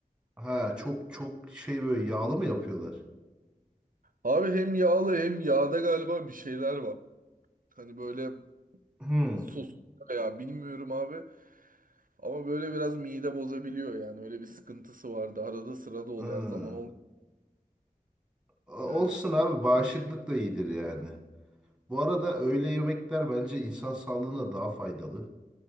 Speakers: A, in the centre; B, on the right (about 65°).
A: ha çok çok şey böyle yağlı mı yapıyorlar?
B: Abi hem yağlı hem yağda galiba bir şeyler var. Hani böyle
A: Hı.
B: sos ya bilmiyorum abi. Ama böyle biraz mide bozabiliyor yani. Öyle bir sıkıntısı vardı. Arada sırada oluyor.
A: Hı.
B: Her zaman olmuyor.
A: Olsun
B: Yani
A: abi bağışıklık da iyidir yani. Bu arada öğle yemekler bence insan sağlığına daha faydalı.